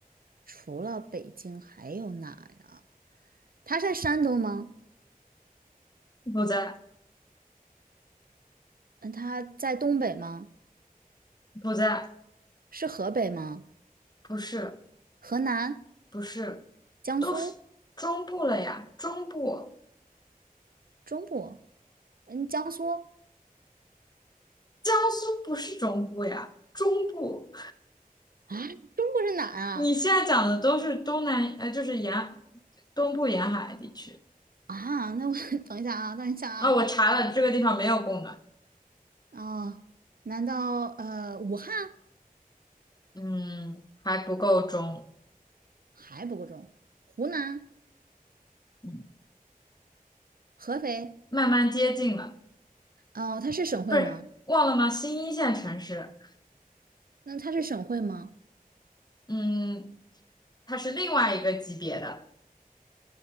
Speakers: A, on the right; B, on the left.
A: 除了北京还有哪呀？它在山东吗？
B: 不在
A: 嗯，它在东北吗？
B: 不在，
A: 是河北吗？
B: 不是。
A: 河南、
B: 不是，
A: 江苏、
B: 都是中部了呀，中部，
A: 中部？嗯，江苏
B: 江苏不是中部呀，中部。
A: 啊，中部是哪啊？
B: 你现在讲的都是东南，呃，就是沿东部沿海地区。
A: 啊，那我 <laughs> 等一下啊，等一下啊，
B: 啊、我查了，这个地方没有供暖，
A: 哦，难道呃武汉
B: 嗯，还不够中，
A: 还不够重？湖南、
B: 嗯，
A: 合肥？
B: 慢慢接近了，
A: 哦，它是省会吗？
B: 不是忘了吗？新一线城市，
A: 那它是省会吗？
B: 嗯，它是另外一个级别的，